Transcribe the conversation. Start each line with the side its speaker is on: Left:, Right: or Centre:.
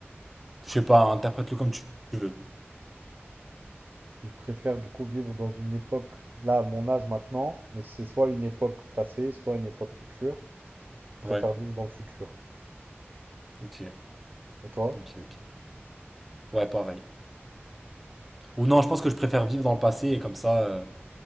Centre: Je sais pas, interprète-le comme tu tu veux.
Right: Si je préfère du coup vivre dans une époque, là, à mon âge maintenant, mais c'est soit une époque passée, soit une époque future. Je préfère
Centre: Ouais,
Right: vivre dans le futur.
Centre: ok,
Right: Et toi?
Centre: ok, ok. Ouais, pareil. Ou non, je pense que je préfère vivre dans le passé et comme ça, euh,